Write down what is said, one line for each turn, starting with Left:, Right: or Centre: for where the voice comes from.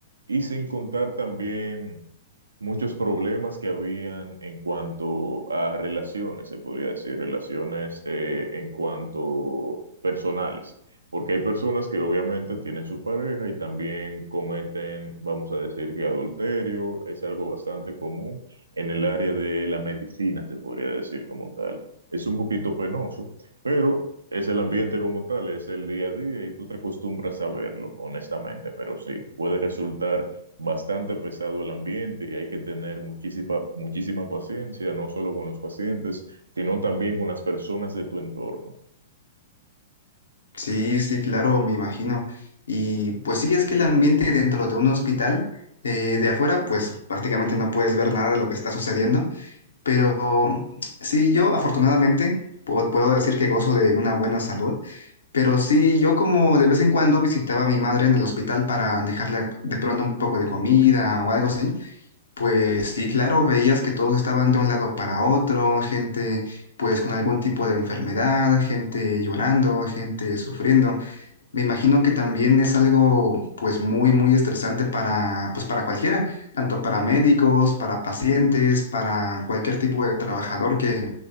Right: y sin contar también muchos problemas que habían en cuanto a relaciones, se podría decir, relaciones eh, en cuanto personales, porque hay personas que obviamente tienen su pareja y también cometen, vamos a decir que adulterio, es algo bastante común en el área de la medicina, se podría decir como tal. Es un poquito penoso, pero es el ambiente como tal, es el día a día y tú te acostumbras a verlo, honestamente, pero sí, puede resultar bastante pesado el ambiente y hay que tener muchísima, muchísima paciencia, no solo con los pacientes, sino también con las personas de tu entorno.
Left: Sí, sí, claro, me imagino. Y pues sí, es que el ambiente dentro de un hospital, eh, de afuera, pues prácticamente no puedes ver nada de lo que está sucediendo, pero sí, yo afortunadamente puedo, puedo decir que gozo de una buena salud, pero sí, yo como de vez en cuando visitaba a mi madre en el hospital para dejarle de pronto un poco de comida o algo así. Pues sí, claro, veías que todos estaban de un lado para otro, gente pues con algún tipo de enfermedad, gente llorando, gente sufriendo. Me imagino que también es algo pues muy, muy estresante para, pues, para cualquiera, tanto para médicos, para pacientes, para cualquier tipo de trabajador que